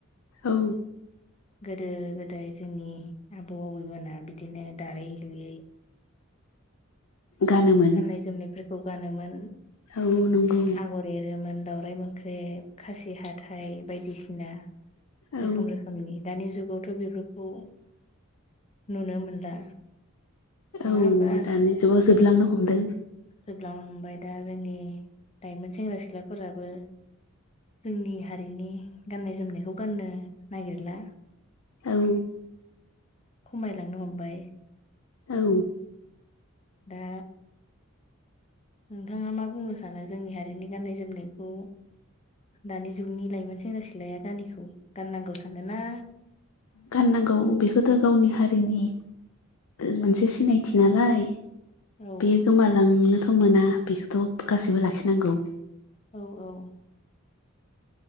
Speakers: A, on the left; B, on the left.
A: औ
B: गोदो गोदाय जोंनि आबौ आबैमोनहा बिदिनो दारै लुयै
A: गानोमोन
B: गाननाय जोमनायफोरखौ गानोमोन।
A: औ नंगौ
B: आगर एरोमोन दावराइ मोख्रेब खासि हाथाय बायदिसिना
A: औ
B: रोखोम रोखोमनि दानि जुगाव थ' बेफोरखौ नुनो मोनला। नङा
A: औ
B: होमबा
A: दानि जुगाव जोबलांनो हमदों।
B: जोबलांनो हमबाय दा जोंनि लाइमोन सेंग्रा सिख्लाफोराबो जोंनि हारिनि गाननाय जोमनायखौ गाननो नागिरला।
A: औ
B: खमायलांनो हमबाय
A: औ
B: दा नोंथाङा मा बुंनो सानो जोंनि हारिनि गान्नाय जोमनायखौ दानि जुगनि लाइमोन सेंग्रा सिख्लाया गामखौ गाननांगौ सानोना
A: गाननांगौ बेखौथ' गावनि हारिनि मोनसे सिनायथि नालाय
B: औ
A: बेयो गोमालांनो थाखाय मोना बेखौथ' गाससिबो लाखिनांगौ।
B: औ औ